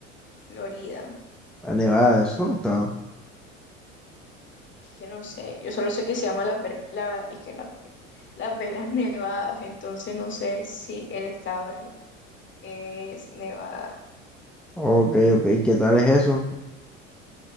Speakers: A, on the left; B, in the centre.
A: Florida.
B: A Nevada, eso, estado.
A: Es que no sé, yo solo sé que se llama la, Ver- la, y que la, Las Vegas <laughs> Nevadas, entonces no sé si el estado es, es Nevada.
B: Ok, ok, ¿qué tal es eso?